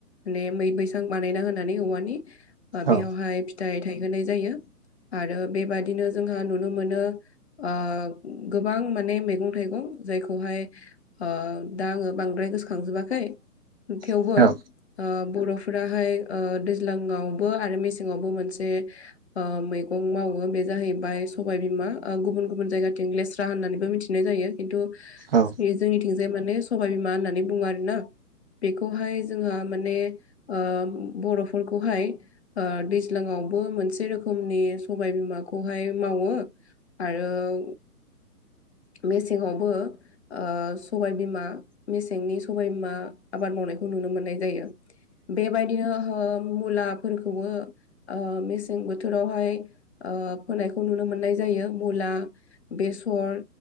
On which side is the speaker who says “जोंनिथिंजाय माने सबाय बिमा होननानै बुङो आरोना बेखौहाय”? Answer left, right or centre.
Left